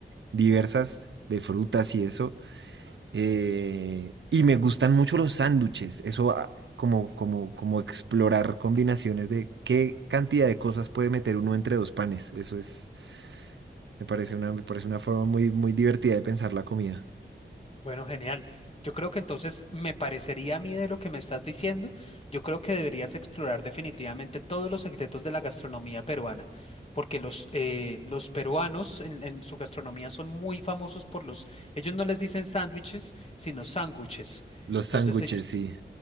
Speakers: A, on the right (about 85°); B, on the left (about 35°).
A: diversas, de frutas y eso. Eh, y me gustan mucho los sándwiches. Eso, ah, como, como, como explorar combinaciones de qué cantidad de cosas puede meter uno entre dos panes. Eso es, me parece una, me parece una forma muy, muy divertida de pensar la comida.
B: Bueno, genial. Yo creo que entonces me parecería a mí de lo que me estás diciendo, yo creo que deberías explorar definitivamente todos los secretos de la gastronomía peruana, porque los, eh, los peruanos en, en su gastronomía son muy famosos por los, ellos no les dicen sándwiches, sino sándwiches.
A: Los
B: Entonces
A: sándwiches,
B: ellos
A: sí.